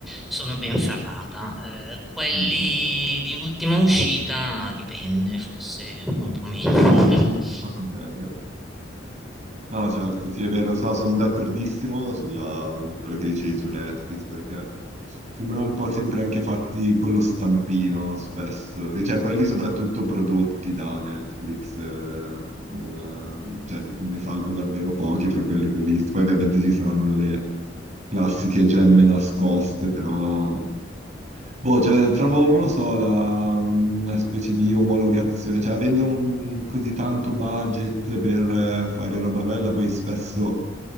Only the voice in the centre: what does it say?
sono ben ferrata. Eh, quelli
di ultima uscita dipende, forse un po' meno. <laughs>